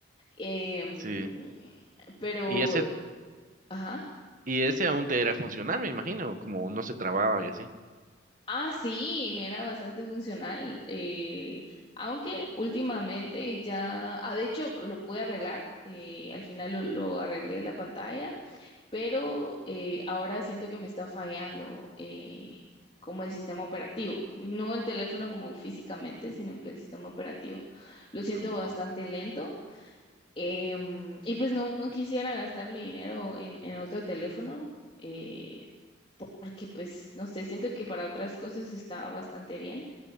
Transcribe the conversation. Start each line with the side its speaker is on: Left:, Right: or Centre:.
Left: Em,
Right: Sí.
Left: pero,
Right: Y ese,
Left: ajá.
Right: y ese aún te era funcionar, me imagino, como no se trababa y así.
Left: Ah, sí, me era bastante funcional, eh, aunque últimamente ya, ah, de hecho lo pude arreglar, eh, al final lo, lo arreglé la pantalla, pero eh, ahora siento que me está fallando eh, como el sistema operativo, no el teléfono como físicamente, sino que el sistema operativo. Lo siento
Right: Ujú,
Left: bastante lento em, y pues no, no quisiera gastar mi dinero en, en otro teléfono. eh, porque pues no sé, siento que para otras cosas está bastante bien,